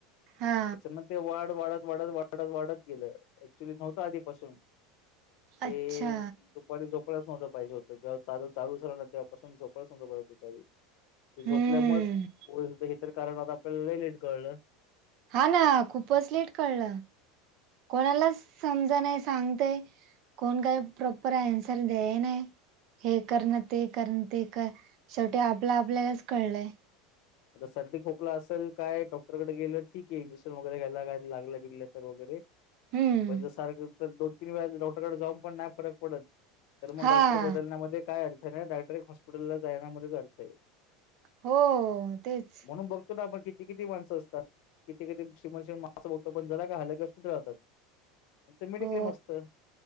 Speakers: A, on the right; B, on the left.
A: हा
B: त्याचम ते वाढ वाढत वाढत वाढत वाढत गेल ऍक्च्युली नव्हतआधीपासून ते
A: अच्छा
B: दुपारी झोपळच नव्हत पाहील होत जग चालू चालू च राहणार तेव्हा पासून झोपच न नको बाय दूपारी ते झोपल्यामुळ
A: हम्म
B: च होय हे तर कारण आता पन लय लेट कळल
A: हा ना खूपच लेट कळल कोणालाच समजणय सांगते कोण काय प्रोपर ॲन्सर देय नाय हे करन ते कर ते कर शेवटी आपल आपल्यालाच कळलय
B: आता सर्दी खोकला असेल काय डॉक्टरकडे गेल ठीक हे इंजेक्शन वगैरे घ्यायला काय लागल बिगल तर वगैरे
A: हम्म
B: <unintelligible> तीन वेळान डॉक्टरकड जाऊन पण नाय फरक पडत तर म
A: हा
B: डॉक्टर बदलण्यामध्ये काय अड <inaudible> हॉस्पिटला जायना ते झालतय
A: हो तेच
B: म्हणून बघतो ना आपण कि किती किती माणसं असतात किती किती श्रीमन माणसं बघतो पण जला का हलाकेस कुठे राहतात त्यांच मेडिक्लेम
A: हो
B: असतं